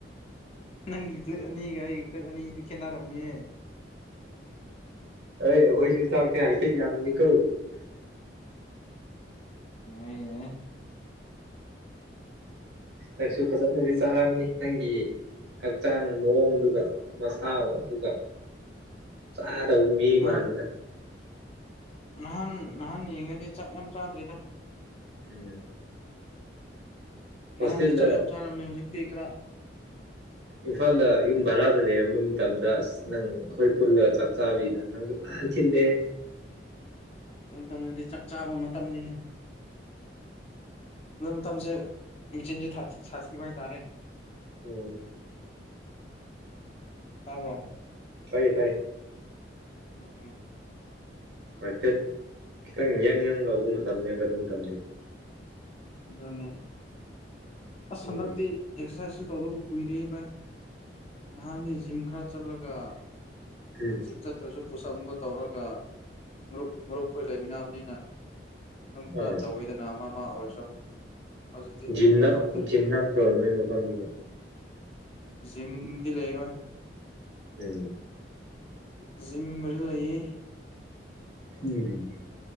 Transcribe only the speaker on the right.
ꯑꯥꯏ ꯑꯈꯣꯏꯁꯨ ꯆꯥꯛꯇꯦ ꯍꯥꯏꯐꯦꯠ ꯌꯥꯝꯅꯤ ꯀꯣ
ꯅꯪꯁꯨ ꯐꯖꯅꯗꯤ ꯆꯥꯔꯝꯃꯅꯤ ꯅꯪꯒꯤ ꯍꯛꯆꯥꯡ ꯃꯑꯣꯡꯗꯨꯒ ꯃꯁꯥꯎ ꯑꯗꯨꯒ ꯆ ꯇꯧ ꯃꯤ
ꯃꯥꯜꯂꯤꯗ
<unintelligible> ꯍꯣꯁꯇꯦꯜꯗ
ꯏꯝꯐꯥꯜꯗ ꯌꯨꯝ ꯚꯔꯥꯗ ꯂꯩꯔꯝꯕ ꯃꯇꯝꯗ ꯑꯁ ꯅꯪ ꯑꯈꯣꯏ ꯄꯨꯜꯂ ꯆꯥꯛ ꯆꯥꯕꯩꯗꯣ ꯅꯪꯁꯨ ꯐꯖ ꯊꯤꯜꯂꯦ
ꯎꯝ
ꯇꯥꯏꯌꯦ ꯇꯥꯏꯌꯦ
ꯍꯥꯏꯐꯦꯠ ꯈꯤꯇꯪ ꯌꯪ ꯌꯪ ꯂꯥꯎꯕ ꯃꯇꯝꯅꯦꯕ ꯑꯗꯨ ꯃꯇꯝꯗꯤ
ꯎꯝ
ꯎꯝ
ꯑꯥ
ꯖꯤꯝꯅ
ꯖꯤꯝ ꯅꯛꯄ꯭ꯔꯣ ꯅꯣꯏ ꯃꯐꯝꯗꯒꯤ
ꯎꯝ
ꯎꯝ